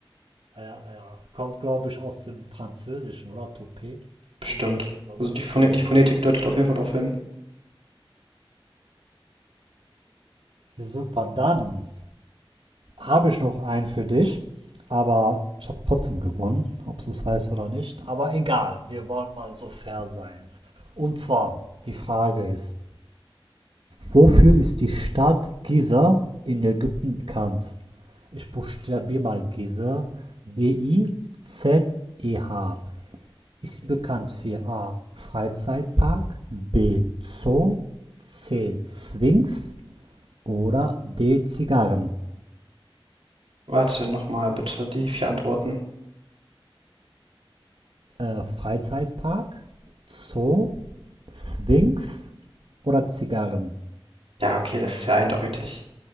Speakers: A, on the right; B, on the right.
A: Ja, ja. Kommt, glaube ich, aus dem Französischen, oder? Toupet?
B: Bestimmt.
A: Irgendwie sowas.
B: Also die, Phone
A: Keine
B: die
A: Ahnung.
B: Phonetik deutet auf jeden Fall darauf hin.
A: Super, dann habe ich noch einen für dich, aber ich habe trotzdem gewonnen, ob du es weißt oder nicht. Aber egal, wir wollen mal so fair sein. Und zwar, die Frage ist, wofür ist die Stadt Giza in Ägypten bekannt? Ich buchstabiere mal Giza, G-I-Z-E-H. Ist sie bekannt für A. Freizeitpark, B. Zoo, C. Sphinx oder D. Zigarren?
B: Warte nochmal bitte, die vier Antworten.
A: Äh, Freizeitpark, Zoo, Sphinx oder Zigarren?
B: Ja, okay, das ist ja eindeutig.